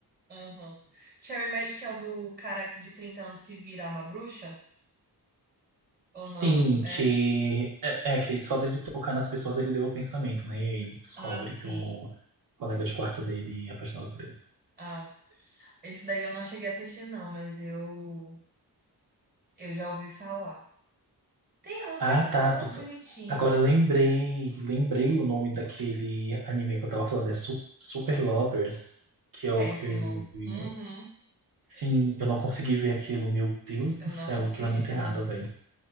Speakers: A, on the right; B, on the right.
A: uhum. Cherry Magic é o do cara que de 30 anos que vira uma bruxa?
B: Sim,
A: Ou não? É?
B: que é, é que só dele tocar nas pessoas ele deu o pensamento, né? E aí ele descobre
A: Ah, sim.
B: que o colega de quarto dele é apaixonado por ele.
A: Ah, esse daí eu não cheguei a assistir, não, mas eu, eu já ouvi falar. Tem uns
B: Ah,
A: bem
B: tá.
A: bo- bo-
B: tu sa-
A: bonitinhos.
B: Agora lembrei, lembrei o nome daquele anime que eu tava falando, é Su- Super Lovers, que é
A: Péssimo.
B: o que eu vi.
A: Uhum.
B: Sim, eu não consegui ver aquilo. Meu Deus
A: Eu
B: do
A: não
B: céu,
A: consegui
B: aquilo é muito
A: também.
B: errado, velho.